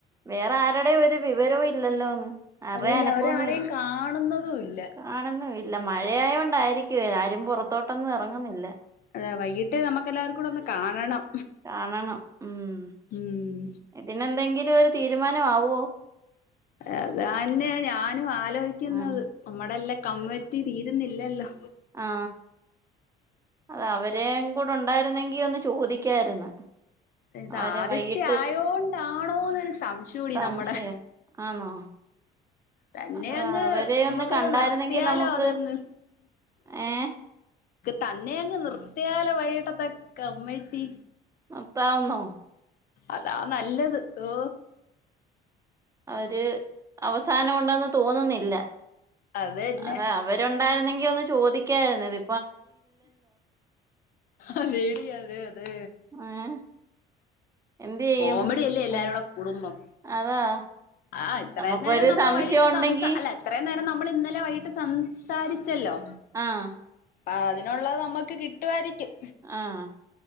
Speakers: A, on the right; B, on the left.
A: വേറെ ആരുടെ ഒരു വിവരവും ഇല്ലല്ലോന്ന്. അറ
B: അതന്നെ
A: അനക്കോന്ന
B: അവരെ ആരെയും കാണുന്നതും ഇല്ല
A: കാണന്ന വ ഇല്ല മഴയയ കൊണ്ടായിരിക്കുവ ആരും പുറത്തോട്ടൊന്നും എ റങ്ങുന്നില്ല
B: അത വൈകിട്ട് നമുക്ക് എല്ലാവർക്കൂടെ ഒന്ന് കാണണം.
A: കാണണം ഉം
B: ഉം
A: ഇതിനെന്തെങ്കിലും ഒരു തീരുമാനം ആവോ
B: അതന്നയ ഞാനും ആലോചിക്കുന്നത്
A: ആ
B: നമ്മടെല്ല കമ്മറ്റി തീരുന്നില്ലല്ലോ
A: ആ അത അവരെം കുടൊണ്ടായിരുന്നെങ്കി ഒന്ന് ചോദിക്കായിരുന്നു
B: ഇത്
A: അവരെ
B: ആദ്യത്തെ
A: വൈകിട്ട്
B: ആയോണ്ടാണോന്നൊരു സംശയം കൂടി
A: സംശയം
B: നമ്മുടെ
A: ആന്നോ
B: തന്നെ
A: അത്
B: അങ്ങ്
A: അവരെ
B: നമ്മക്കങ്ങ്
A: ഒന്ന് കണ്ടായിരുന്നെങ്കി
B: നിർത്തിയാലോ
A: നമുക്ക്
B: അതങ്ങ്
A: ഏ
B: തന്നെ അങ്ങ് നിർത്തിയാലൊ വൈയിട്ടത്തെക്കെ കമ്മറ്റി
A: ർത്താവന്നോ
B: അതാ നല്ലത് ഏ
A: അവര് അവസാനം ഉണ്ടെന്ന് തോന്നുന്നില്ല
B: അതന്നെ
A: അതാ അവരുണ്ടായിരുന്നെങ്കിൽ ഒന്ന് ചോദിക്കായിരുന്നു ഇത്
B: അതേടി അതെ അതെ
A: ഏഹ് എന്ത് ചെയ്യും
B: കോമഡി അല്ലേ എല്ലാരോട
A: ഉം
B: കൂടുംബം
A: അതാ
B: ആഹ് ഇത്രയും
A: നമുക്കൊരു
B: നേരം നമ്മൾ
A: സംശയം
B: വൈകിട്ട്
A: ഉണ്ടെങ്കി
B: സംസ അല്ല എത്രയും നേരം നമ്മൾ ഇന്നലെ വൈകിട്ട് സംസാരിച്ചല്ലോ
A: ആഹ
B: അ അതിനുള്ളത് നമുക്ക് കിട്ടുമായിരിക്കും
A: ആഹ